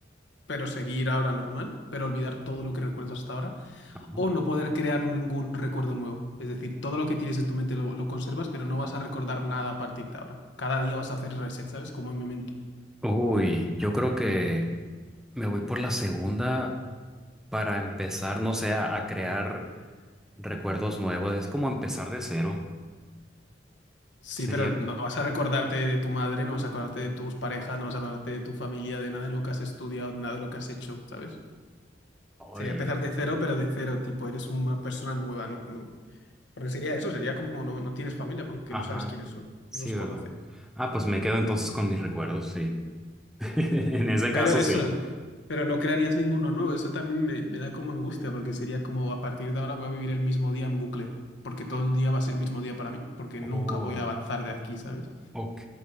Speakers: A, on the left; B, in the centre.
A: pero seguir ahora normal, pero olvidar todo lo que recuerdas hasta ahora?
B: Ujú.
A: ¿O no poder crear ningún recuerdo nuevo? Es decir, todo lo que tienes en tu mente lo, lo conservas, pero no vas a recordar nada a partir de ahora. Cada día vas a hacer reset, ¿sabes? Como en Memento.
B: Uy, yo creo que me voy por la segunda para empezar, no sé, a, a crear recuerdos nuevos. Es como empezar de cero.
A: Sí,
B: Sería...
A: pero no vas a recordarte de tu madre, no vas a acordarte de tus parejas, no vas a acordarte de tu familia, de nada de lo que has estudiado, nada de lo que has hecho, ¿sabes?
B: Uy,
A: Sería empezar de cero, pero de cero, tipo, eres una persona nueva, no, no. Porque sería eso, sería como no, no tienes familia porque
B: ajá.
A: no sabes quiénes son,
B: Sí,
A: no los conoces.
B: ¿verdad? Ah, pues me quedo entonces con mis recuerdos, sí. <laughs> En ese
A: Pero
B: caso,
A: eso,
B: sí.
A: pero no crearías ninguno nuevo, eso también me, me da como angustia, porque sería como a partir de ahora voy a vivir el mismo día en bucle, porque todo el día va a ser el mismo día para mí, porque nunca
B: Oh,
A: voy a avanzar de aquí, ¿sabes?
B: ok,